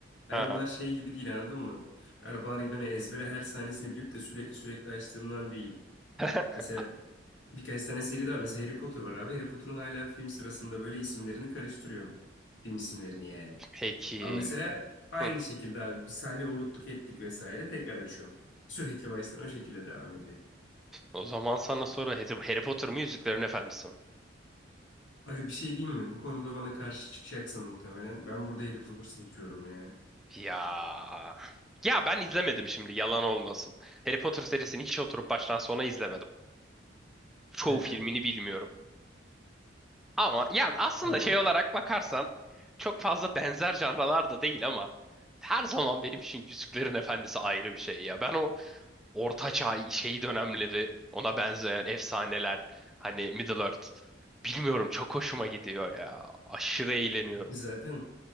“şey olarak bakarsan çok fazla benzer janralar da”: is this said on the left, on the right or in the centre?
Centre